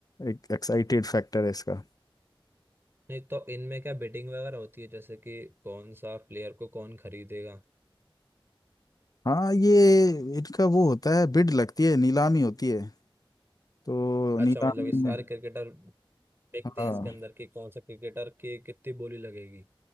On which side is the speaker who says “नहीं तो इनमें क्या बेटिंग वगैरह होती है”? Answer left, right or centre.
Right